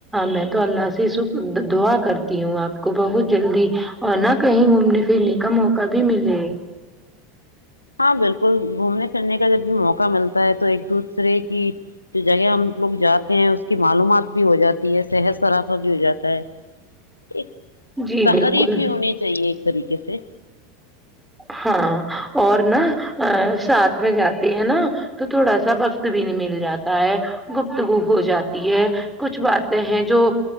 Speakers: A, in the centre; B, on the left.
A: میں تو اللہ سے سک دعا کرتی ہوں آپ کو بہت جلدی اور نہ کہی گھومنے پھرنے کا موقع بھی ملے
B: ہاں بلکل گھومنے پھرنے کا جب بھی موقع ملتا ہے تو ایک دوسرے کی جو جگہ ہم لوگ جاتے ہیں اس کی معلومات بھی ہو جاتی ہے صحت سرافہ بھی ہو جاتا ہے ایک
A: جی
B: تحریف
A: بالکل
B: ہی ہونی چاہیے ایک طریقے سے
A: ہاں اور نا ساتھ میں جاتے ہیں نا تو تھوڑا سا وقت بھی نہیں مل جاتا ہے گپتگو ہو جاتی ہے کچھ باتیں ہیں جو